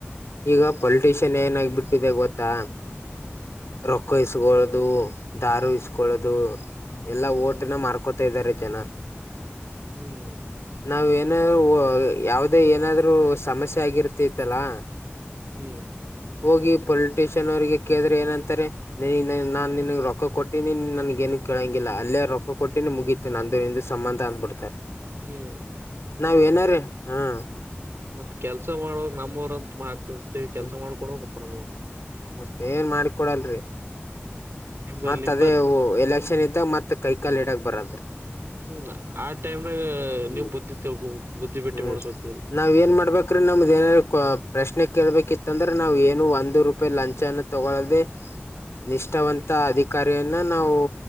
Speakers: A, on the left (about 80°); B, on the right (about 60°).
A: ಈಗ ಪೊಲಿಟಿಷಿಯನ್ ಏನಾಗಬಿಟ್ಟಿದೆ ಗೊತ್ತಾ ರೊಕ್ಕ ಇಸ್ಗಳುದು ದಾರು ಇಸ್ಕೊಳ್ಳೋದು ಎಲ್ಲಾ
B: ಹ್ಮ್
A: ಓಟನ ಮಾರ್ಕೊತಾ ಇದಾರೆ ಜನ
B: ಹ್ಮ್
A: ನಾವ ಏನ ವ ಯಾವುದ ಏನಾದ್ರು ಸಮಸ್ಯೆ ಆಗಿರ್ತಿತ್ತಲ್ಲಾ
B: ಹ್ಞ
A: ಹೋಗಿ ಪೊಲಿಟಿಷಿಯನ್ ಅವರಿಗೆ ಕೇದ್ರೆ ಏನಂತಾರೆ. ನೀ ನಾನ್ ನಿನ್ಗ ರೊಕ್ಕ ಕೊಟ್ಟಿನಿ ನನ್ಗ ಏನ ಕೇಳಂಗಿಲ್ಲ ಅಲ್ಲೇ ರೊಕ್ಕ ಕೊಟ್ಟೀನಿ ಮುಗೀ ನಂದು ನಿಂದ ಸಂಬಂಧ ಅಂದಬಿಡ್ತಾರ
B: ಹ್ಮ್
A: ನಾವ ಏನಾರ ಹ್ಮ
B: ಮತ್ತ ಕೆಲ್ಸ ಮಾಡ ನಮ್ಮವರು ಅಂತ ಆ ಕರ್ಸ್ತೇವಿ ಕೆಲ್ಸ
A: ಹ್ಮ್
B: ಮಾಡ್ಕೊಡಪ್ಪ ನಮ್ಮ
A: ಮತ್ತ ಏನ್ ಮಾಡಿಕೊಡಲ್ರಿ
B: ನಿಂಬಲ್
A: ಮತ್ತ
B: ನಿಂಬಲ್
A: ಅದೇ ವು ಎಲೆಕ್ಷನ್ ಇದ್ದಾಗ ಮತ್ತ ಕೈಕಾಲ್ ಇಡಾಕ್ ಬರದ್ರೀ.
B: ಹ್ಮ ಆ ಟೈಮ್ನಾಗ
A: ಹ್ಮ್
B: ನೀವ ಬುದ್ದಿತ್ತೇಗ ಬುದ್ಧಿ ಭೇಟ್ಟಿ
A: ಹ್ಮ್
B: ಮಾಡಸ್ಬೇಕ
A: ನಾವ್ ಏನ್ ಮಾಡ್ಬೇಕ್ರ ನಮ್ದ ಏನಾರ ಪ್ರಶ್ನೆ ಕೇಳ್ಬೇಕಿತ್ತ ಅಂದ್ರೆ ನಾವ್ ಏನು ಒಂದು ರೂ ಪ ಲಂಚನ್ನು ತಗೊಲಿ ನಿಷ್ಠಾವಂತ ಅಧಿಕಾರಿ ಇನ್ನ ನಾವ